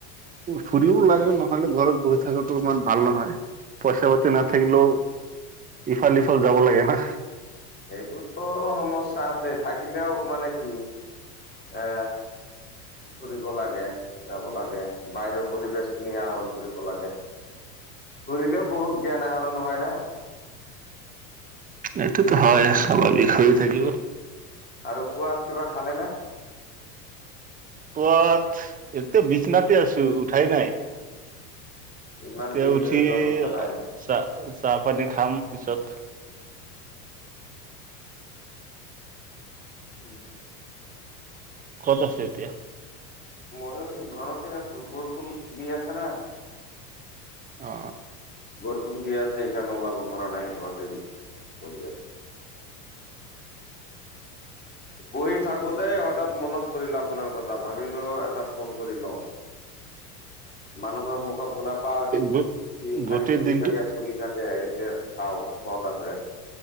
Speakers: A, on the right (about 20°); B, on the left (about 20°).
A: ফুৰিবও লাগে নহলে ঘৰত বহি থকাতটো ইমান ভাল নহয়। পইচা পাতি নাথাকিলেও ইফাল সিফাল যাব লাগে না।
B: সেইটোতো সমস্যা আছে থাকিলেও মানে কি এ ফুৰিব লাগে যাব লাগে বাহিৰৰ পৰিবেশ খিনি আহৰণ কৰিব লাগে, ঘূৰিলেও বহুত জ্ঞান আহৰণ হয় ন?
A: এইটোতো হয় স্বাভাৱিক হৈ থাকিব।
B: আৰু পোৱাত কিবা খালে নে?
A: পোৱাত এতিয়া বিচনাতে আছো উঠাই নাই।
B: ইমান
A: তে
B: বেলি
A: উঠি
B: হৈ গ'ল উঠা নাই
A: চাহ চাহ পানী খাম পিছত
B: উম।
A: ক'ত আছে এতিয়া।
B: মইও ঘৰতে আছো বৰষুণ দি আছ না।
A: অ অ।
B: দি আছে সেইকাৰণে ওলাব পৰা নাই ঘৰতে
A: <unintelligible>
B: পঢ়ি থাকোতেই হঠাৎ মনত পৰিল আপোনাৰ কথা ভাবিলো এটা ফোন কৰি লওঁ।
A: উ <unintelligible>
B: মানুহৰ মুখত শুনা পাওঁ,
A: গো
B: সি খালি
A: গোটেই
B: ফুৰি
A: দিনটো
B: থাকে ফুৰি থাকে। কে চাও ক'ত আছে?